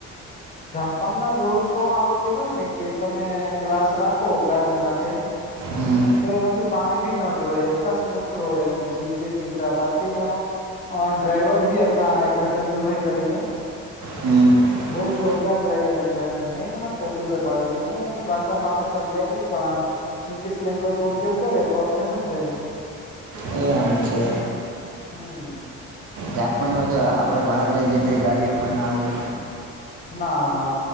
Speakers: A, on the left; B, on the right.
A: જાપાન ના રોડ તો આમ કેવાય ને કે તમે ગ્લાસ રાખો ગાડીમાથે
B: હમ
A: તો એમાંથી પાણી ભી ના ઢોરાય એટલા સ્મૂથ રોડ એમ સીધે સીધા પછી ને એનું અ ડ્રાઈવર ભી હતા એક ચંદુભાઈ કરીને
B: હમ.
A: બહુ જોરદાર ડ્રાઈવિંગ હતો એમ ને એનુ નામ ચંદુભાઈ પાડ્યું હતું, એની ભાષામાં આપણે સમજાયની જ પણ આમ ઇંગ્લિશ લેંગ્વેજ નો ઉપયોગ કરે તો આપને સમજાય
B: એમ છે.
A: હમ.
B: જાપના હોય છે, આપણા ભારત દેશ જેટલી ગાડીઓ પણ ના હોય
A: ના ના